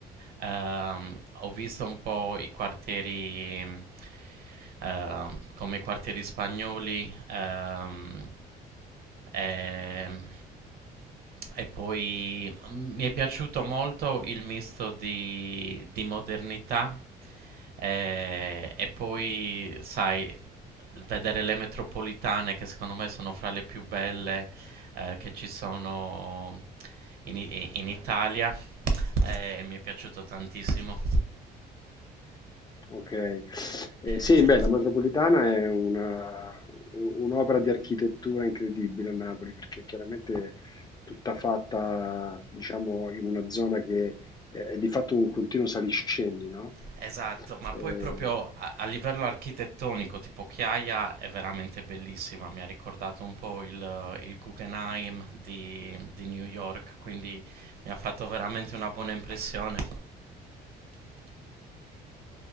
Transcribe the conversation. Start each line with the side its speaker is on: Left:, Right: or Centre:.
Right: Ehm, ho visto un po' i quartieri, mh, ehm, come i quartieri spagnoli, ehm, ehm, e poi mm, mi è piaciuto molto il misto di, di modernità eh, e poi, sai, vedere le metropolitane che secondo me sono fra le più belle eh, che ci sono in, I- in Italia eh, mi è piaciuto tantissimo.
Left: Ok, Eh, sì,
Right: Eh,
Left: beh, la metropolitana è una- un'opera di architettura incredibile a Napoli perché chiaramente è tutta fatta, diciamo, in una zona che è, è di fatto un continuo saliscendi, no?
Right: esatto, ma
Left: Eh,
Right: poi proprio a, a livello architettonico, tipo Chiaia è veramente bellissima, mi ha ricordato un po' il, il Guggenheim di, di New York, quindi mi ha fatto veramente una buona impressione.